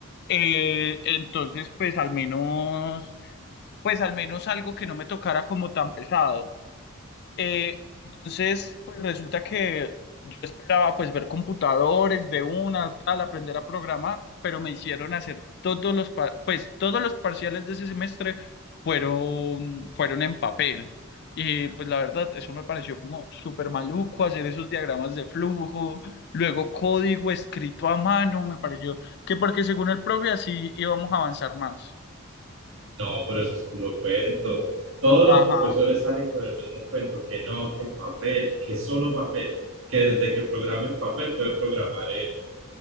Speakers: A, on the left; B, on the right.
A: eh, entonces pues al menos, pues al menos algo que no me tocara como tan pesado. Eh, entonces, pues resulta que yo esperaba pues ver computadores de una, tal, aprender a programar, pero me hicieron hacer todos los, par- pues todos los parciales de ese semestre fueron, fueron en papel. Y pues la verdad, eso me pareció como súper maluco hacer esos diagramas de flujo, luego código escrito a mano, me pareció que porque según el profe así íbamos a avanzar más.
B: No, pero eso es puro cuento. Todos los
A: Ajá,
B: profesores salen con el mismo cuento, que no, que en papel, que solo papel, que desde que programa en papel puede programar en,